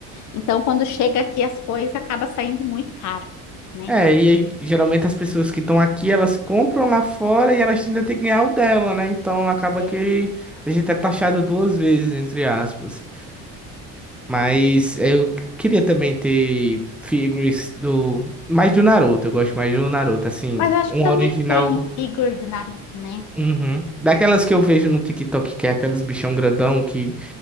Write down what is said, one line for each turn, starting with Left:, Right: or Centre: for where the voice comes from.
Left: Então, quando chega aqui as coisas, acaba saindo muito caro, né?
Centre: É, e aí, geralmente as pessoas que estão aqui, elas compram lá fora e elas ainda têm que ganhar o dela, né? Então acaba
Left: É.
Centre: que a gente é taxado duas vezes, entre aspas. Mas eu queria também ter figures do. Mais do Naruto, eu gosto mais do Naruto, assim.
Left: Mas eu acho
Centre: Um
Left: que também
Centre: original.
Left: tem figure do Naruto, né?
Centre: Uhum. Daquelas que eu vejo no TikTok, que é aqueles bichão grandão que